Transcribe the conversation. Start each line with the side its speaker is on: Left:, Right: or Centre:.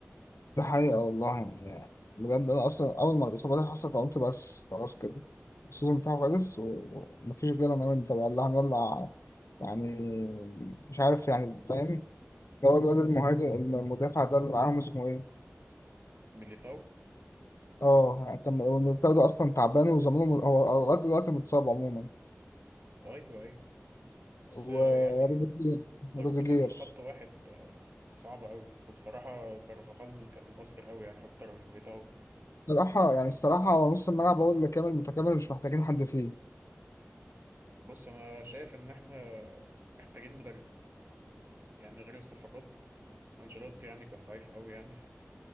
Left: دي حقيقة والله يعني بجد انا اصلا اول ما الاصابة دي حصلت قلت بس خلاص كده السيزون بتاعه خلص و- ومفيش غير انا وانت والله هنولع يعني مش عارف يعني فاهم اللي هو الواد المهاجم المدافع ده اللي معاهم اسمه ايه
Right: ميليتاو
Left: اه كان هو الميليتاو ده اصلا تعبان وزمانه م- هو لغايه دلوقتي متصاب عموما
Right: أيوه أيوه بس
Left: وروديجير
Right: آه، يعني ضربتين
Left: روديجير
Right: في خط واحد آه، صعبة أوي وبصراحة كارفاخال كان مؤثر أوي يعني أكتر من ميليتاو كمان
Left: الصراحه يعني الصراحه هو نص الملعب هو اللي كامل متكامل مش محتاجين حد فيه
Right: بص أنا شايف إن إحنا محتاجين مدرب يعني غير الصفقات أنشيلوتي يعني كان ضعيف أوي يعني